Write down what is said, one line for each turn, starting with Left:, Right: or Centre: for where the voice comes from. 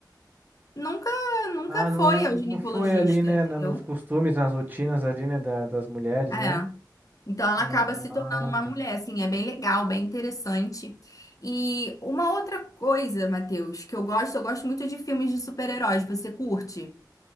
Left: nunca, nunca
Right: Ah,
Left: foi
Right: não,
Left: ao
Right: não,
Left: ginecologista,
Right: não foi ali, né,
Left: entendeu?
Right: na- nos costumes, nas rotinas ali, né, da- das mulheres,
Left: É.
Right: né?
Left: Então ela
Right: Ah,
Left: acaba se tornando uma mulher, assim, é bem legal, bem interessante. E uma outra coisa, Matheus, que eu gosto, eu gosto muito de filmes de super-heróis. Você curte?